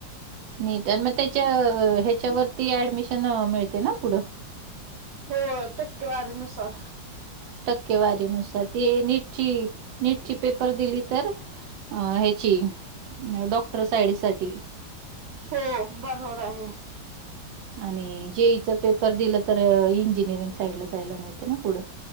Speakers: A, on the right; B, on the right.
A: नीट आणि मग त्याच्या ह्याच्यावरती ऍडमिशन मिळते ना पुढं?
B: हो टक्केवारी नुसार
A: टक्केवारी नुसार ते नीटची नीटची पेपर दिली तर? अ ह्याची डॉक्टर साईड साठी
B: हो बरोबर आहे.
A: आणि जेईच पेपर दिलं तर इंजिनिअरिंग साईडला जायला मिळतं ना पुढं?